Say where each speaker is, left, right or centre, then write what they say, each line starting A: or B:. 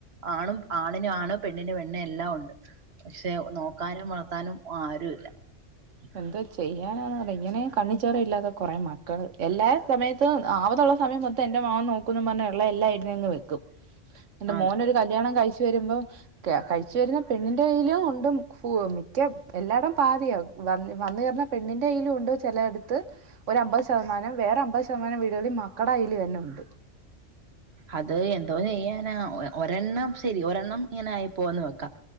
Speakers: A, on the right; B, on the right.
A: ആണും ആണിന് ആണ് പെണ്ണിന് പെണ്ണ് എല്ലാം ഉണ്ട് പക്ഷെ നോക്കാനും വളത്താനും ആരും ഇല്ല
B: എന്തോ ചെയ്യാനാന്ന് പറ ഇങ്ങനെ കണ്ണിച്ചോര ഇല്ലാതെ കൊറേ മക്കള് എല്ലാ സമയത്ത് ആവതുള്ള സമയം മൊത്തം എന്റെ മകൻ നോക്കൂന്ന് പറഞ്ഞ് ഉള്ളതെല്ലാം ഇരുന്നങ്ങ് വെക്കും എന്നിട്ട്
A: അത
B: മോന് ഒരു കല്യാണം കഴിച്ച് വരുമ്പം കഴിച്ചു വരുന്ന പെണ്ണിന്റെ കയ്യിലും ഉണ്ട് ഫ മിക്ക എല്ലായിടും പാതിയാ വ വന്ന് കേറുന്ന പെണ്ണിന്റെ കയ്യിലും ഉണ്ട് ചില എടുത്ത് ഒര് അമ്പത് ശതമാനം വേറെ അമ്പത് ശതമാനം വീടുകളിൽ മക്കട അൽ തന്നെ ഉണ്ട്
A: അത് എന്തോ ചെയ്യാനാ ഒരെണ്ണം ശരി ഒരെണ്ണം ഇങ്ങനെ ആയിപ്പോയെന്ന് വെക്കാം